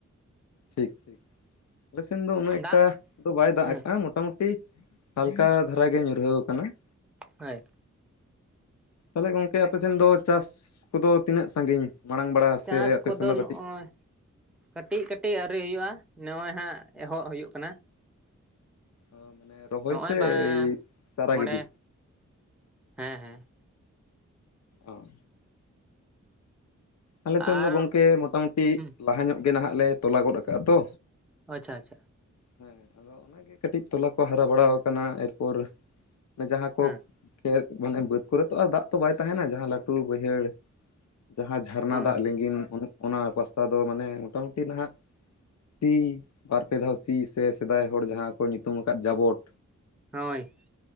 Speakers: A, on the left (about 65°); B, in the centre.
A: ᱴᱷᱤᱠ ᱴᱷᱤᱠ ᱟᱞᱮ ᱥᱮᱱ ᱫᱚ ᱩᱱᱟᱹᱜ ᱮᱠᱴᱟ
B: ᱫᱟᱜ
A: ᱫᱚ ᱵᱟᱭ ᱫᱟᱜ
B: ᱦᱮᱸ
A: ᱟᱠᱟᱜᱼᱟ, ᱢᱳᱴᱟᱢᱩᱴᱤ ᱦᱟᱞᱠᱟ ᱫᱷᱟᱨᱟ ᱜᱮ ᱧᱩᱨᱦᱟᱹᱣ ᱟᱠᱟᱱᱟ ᱾
B: ᱦᱳᱭ
A: ᱛᱟᱦᱚᱞᱮ ᱜᱚᱝᱠᱮ ᱟᱯᱮᱥᱮᱱ ᱫᱚ ᱪᱟᱥ ᱠᱚᱫᱚ ᱛᱤᱱᱟᱹᱜ ᱥᱟᱺᱜᱤᱧ ᱢᱟᱲᱟᱝ ᱵᱟᱲᱟ
B: ᱪᱟᱥ
A: ᱥᱮ ᱟᱯᱮ
B: ᱠᱚᱫᱚ
A: ᱥᱮᱱ ᱫᱚ
B: ᱱᱚᱜᱼᱚᱭ
A: ᱠᱟᱹᱴᱤᱡ
B: ᱠᱟᱹᱴᱤᱡ ᱠᱟᱹᱴᱤᱡ ᱟᱹᱣᱨᱤ ᱦᱩᱭᱩᱜᱼᱟ ᱱᱚᱜᱼᱚᱭ ᱦᱟᱸᱜ ᱮᱦᱚᱵ ᱦᱩᱭᱩᱜ ᱠᱟᱱᱟ
A: ᱮᱻ ᱢᱟᱱᱮ ᱨᱚᱦᱚᱭ
B: ᱱᱚᱜᱼᱚᱭ
A: ᱥᱮ
B: ᱵᱟ
A: ᱪᱟᱨᱟ
B: ᱢᱚᱬᱮ
A: ᱜᱤᱰᱤ
B: ᱦᱮᱸ ᱦᱮᱸ
A: ᱚᱻ ᱟᱞᱮ ᱥᱮᱱ
B: ᱟᱨ
A: ᱫᱚ ᱜᱚᱝᱠᱮ ᱢᱳᱴᱟᱢᱩᱴᱤ
B: ᱦᱩᱸ
A: ᱞᱟᱦᱟ ᱧᱚᱜ ᱜᱮ ᱱᱷᱟᱜ ᱞᱮ ᱛᱚᱞᱟ ᱜᱚᱫ ᱟᱠᱟᱜᱼᱟ ᱛᱚ
B: ᱟᱪᱪᱷᱟ ᱟᱪᱪᱷᱟ
A: ᱦᱮᱸ ᱟᱫᱚ ᱚᱱᱟᱜᱮ ᱠᱟᱹᱴᱤᱡ ᱛᱚᱞᱟ ᱠᱚ ᱦᱟᱨᱟ ᱵᱟᱲᱟᱣᱟᱠᱟᱱᱟ ᱮᱨᱯᱚᱨ <unintelligible> ᱡᱟᱦᱟᱸ ᱠᱚ
B: ᱦᱮᱸ
A: ᱠᱷᱮᱛ ᱢᱟᱱᱮ ᱵᱟᱹᱫ ᱠᱚᱨᱮ ᱛᱚ ᱟᱨ ᱫᱟᱜ ᱛᱚ ᱵᱟᱭ ᱛᱟᱦᱮᱱᱟ ᱡᱟᱦᱟᱸ ᱞᱟᱹᱴᱩ ᱵᱟᱹᱭᱦᱟᱹᱲ ᱡᱟᱦᱟᱸ ᱡᱷᱟᱨᱱᱟ
B: ᱦᱳᱭ
A: ᱫᱟᱜ ᱞᱤᱸᱜᱤᱱ ᱚᱱᱟ ᱯᱟᱥᱴᱟ ᱫᱚ ᱢᱟᱱᱮ ᱢᱳᱴᱟᱢᱩᱴᱤ ᱱᱷᱟᱜ ᱥᱤ ᱵᱟᱨᱯᱮ ᱫᱷᱟᱣ ᱥᱤ ᱥᱮ ᱥᱮᱫᱟᱭ ᱦᱚᱲ ᱡᱟᱦᱟᱸ ᱠᱚ ᱧᱩᱛᱩᱢ ᱟᱠᱟᱫ ᱡᱟᱵᱚᱴ
B: ᱦᱳᱭᱻ